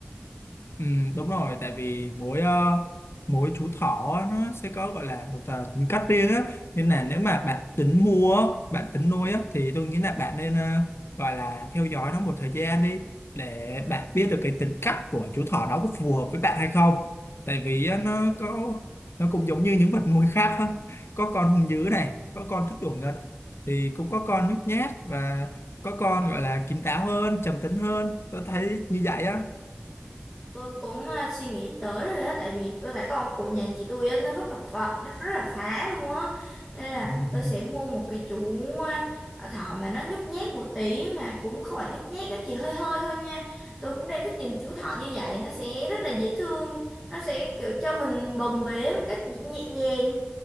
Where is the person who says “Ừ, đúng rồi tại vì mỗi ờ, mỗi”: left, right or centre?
Left